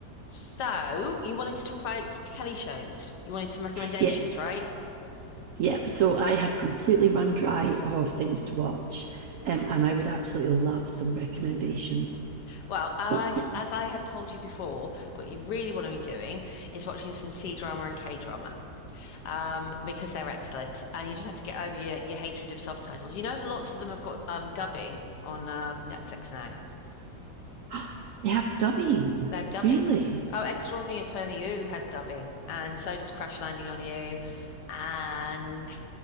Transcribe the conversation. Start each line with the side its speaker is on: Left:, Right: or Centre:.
Left: So, you wanted to talk about telly shows. You wanted some recommendations,
Right: Yeah,
Left: right?
Right: yeah. So I have completely run dry of things to watch, um, and I would absolutely love some recommendations. <gasps>
Left: Well,
Right: <clears throat>
Left: I, as I have told you before, what you really want to be doing is watching some C drama and K drama, um, because they're excellent, and you just have to get over your, your hatred of subtitles. You know, lots of them have got um, dubbing on um, Netflix now.
Right: Mm, They have dubbing,
Left: They have dubbing.
Right: really.
Left: Oh, Extraordinary Attorney Woo has dubbing, and so does Crash Landing on You, and